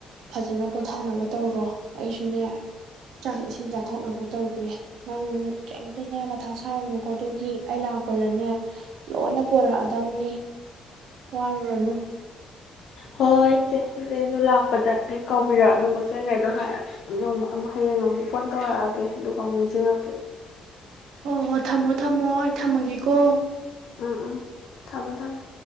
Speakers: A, on the right; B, on the left.
A: ꯐꯖꯅ ꯄꯣꯊꯥꯅꯕ ꯇꯧꯔꯣ ꯑꯩꯁꯨꯅꯦ ꯆꯥꯛ ꯏꯁꯤꯡ ꯆꯥꯊꯣꯛꯅꯕ ꯇꯧꯗꯦ ꯅꯪ ꯀꯔꯤꯝꯇꯅꯦ ꯃꯊꯥ ꯁꯥꯔꯨꯅꯨꯀꯣ ꯑꯗꯨꯒꯤ ꯑꯩ ꯂꯥꯛꯄꯗꯅꯦ ꯂꯣꯏꯅ ꯄꯣꯔꯛꯑꯗꯧꯅꯤ ꯋꯥꯔ ꯨ ꯔꯅꯨ
B: ꯍꯣꯏ ꯏꯆꯦ ꯏꯆꯦꯗ ꯂꯥꯛꯄꯗ ꯍꯦꯛ ꯀꯥꯎꯕꯤꯔꯛꯑꯣ ꯑꯗꯨꯝ ꯄꯣꯠꯔꯤꯉꯩꯗꯣ ꯅꯣꯡꯃ ꯑꯃꯨꯛ ꯍꯌꯦꯡ ꯑꯃꯨꯛ ꯐꯣꯟ ꯇꯧꯔꯛꯑꯒꯦ ꯑꯗꯨꯒ ꯑꯃꯨꯛ ꯅꯤꯡꯁꯤꯡꯉꯛꯀꯦ꯫
A: ꯍ ꯍꯣ ꯊꯝꯃꯣ ꯊꯝꯃꯣ ꯑꯩ ꯊꯝꯃꯒꯦꯀꯣ꯫
B: ꯎꯝ ꯎꯝ ꯊꯝꯃꯣ ꯊꯝꯃꯣ꯫